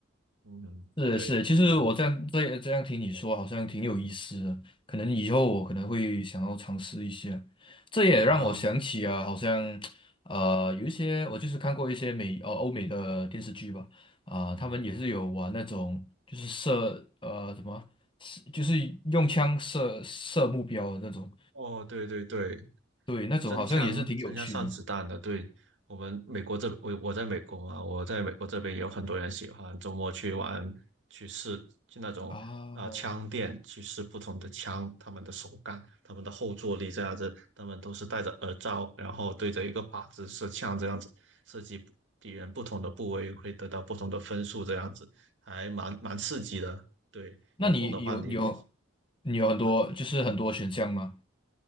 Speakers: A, on the right; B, on the left.
A: 嗯，
B: 是是，
A: 对，就这个，
B: 其实我这样这这样听你说，好像挺有意思的。可能以后我可能会想要尝试一下。这也让我想起啊，
A: 好啊，
B: 好像呃有一些我就是看过一些美呃欧美的电视剧吧，啊、
A: 嗯，
B: 他们也是有玩那种就是射呃什么，是就是用枪射射目标的那种，
A: 哦，对对对，
B: 对，那种好像也是挺有趣的
A: 真枪真枪上子弹的，对，我们美国这，我我在美国嘛，我在美国这边有很多人喜欢周末去玩，去试，去那种啊、
B: 啊。
A: 呃枪店去试不同的枪，他们的手感，他们的后坐力这样子，他们都是戴着耳罩，然后对着一个靶子射枪这样子，射击敌人不同的部位会得到不同的分数这样子，还蛮蛮刺激的，对，
B: 那你有有
A: 有空的话你也可以。
B: 你有很多就是很多选项吗？
A: 呃